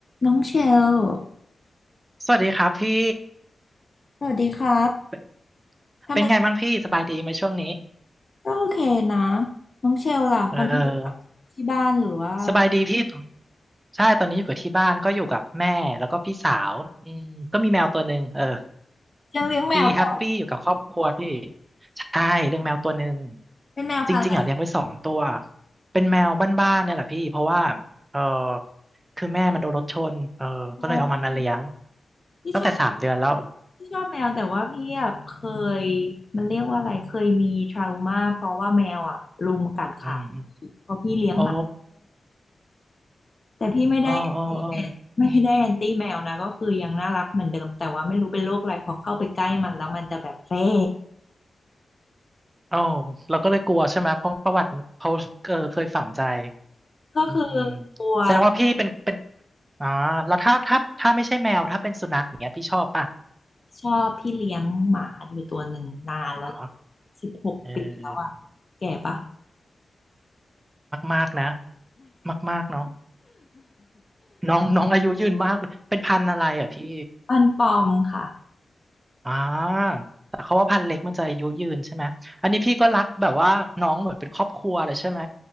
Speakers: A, on the left; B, on the right.
A: น้องเชล
B: สวัสดีครับพี่
A: สวัสดีครับ
B: เป็น
A: ทำไม
B: เป็นไงบ้างพี่สบายดีไหมช่วงนี้
A: ก็โอเคนะ น้องเชลล่ะตอนนี้อยู่กับที่บ้านหรือว่า
B: เออสบายดีพี่ใช่ตอนนี้อยู่กับที่บ้านก็อยู่กับแม่แล้วก็พี่สาวอืมก็มีแมวตัวหนึ่งเออ
A: ยังเลี้ยงแมวด้วยเหรอ
B: ดีแฮปปี้อยู่กับครอบครัวพี่ใช่เลี้ยงแมวตัวหนึ่ง
A: เป็นแมวพันธุ์อะไร
B: จริงๆอ่ะเลี้ยงไว้สองตัวเป็นแมวบ้านๆเนี่ยแหละพี่เพราะว่าเออคือแม่มันโดนรถชนเออก็เลยเอามันมาเลี้ยง
A: อ๋อพี่ชอบ
B: ตั้งแต่สามเดือนแล้ว
A: พี่ชอบแมวแต่ว่าพี่อะเคยมันเรียกว่าอะไรเคยมีทรามาเพราะว่าแมวอ่ะรุมกัดขา
B: อืม
A: เพราะพี่เลี้ยงหมา
B: โอ้
A: แต่พี่ไม่ได้
B: อ๋ออ๋ออ๋อ
A: ไม่ได้แอนตี้แมวนะก็คือยังน่ารักเหมือนเดิมแต่ว่าไม่รู้เป็นโรคอะไรพอเข้าไปใกล้มันแล้วมันจะแบบเฟ่
B: เอ้าเราก็เลยกลัวใช่ไหมเพราะประวัติเขาเออเคยฝังใจ
A: ก็คือ
B: อืม
A: กลัว
B: แสดงว่าพี่เป็นเป็นอ๋อแล้วถ้าถ้าถ้าไม่ใช่แมวถ้าเป็นสุนัขอย่างเงี้ยพี่ชอบป่ะ
A: ชอบพี่เลี้ยงหมาอยู่ตัวหนึ่งนานแล้ว
B: อ๋อ
A: สิบหกปีแล้วอ่ะแก่ปะ
B: เออมากๆนะมากๆเนาะน้อง <laughs> น้องอายุยืนมากเลยเป็นพันธุ์อะไรอ่ะพี่
A: ปันปอมค่ะ
B: อ่าแต่เขาว่าพันธุ์เล็กมันจะอายุยืนใช่ไหมอันนี้พี่ก็รักแบบว่าน้องเหมือนเป็นครอบครัวเลยใช่ไหม